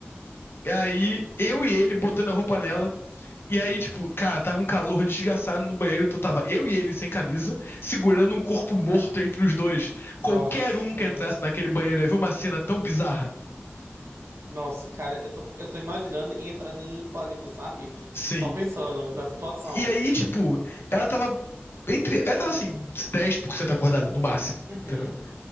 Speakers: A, on the left; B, on the right.
A: E aí eu e ele botando a roupa nela. E aí, tipo, cara, tava um calor desgraçado no banheiro, então tava eu e ele sem camisa, segurando um corpo morto entre os dois.
B: Nossa.
A: Qualquer um que entrasse naquele banheiro ia ver uma cena tão bizarra.
B: Nossa, cara. Eu tô, eu tô imaginando e entrando em pânico, sabe?
A: Sim.
B: Só pensando na situação.
A: E aí, tipo, ela tava entre. Ela tava assim, 10% acordada, no máximo,
B: Uhum.
A: entendeu?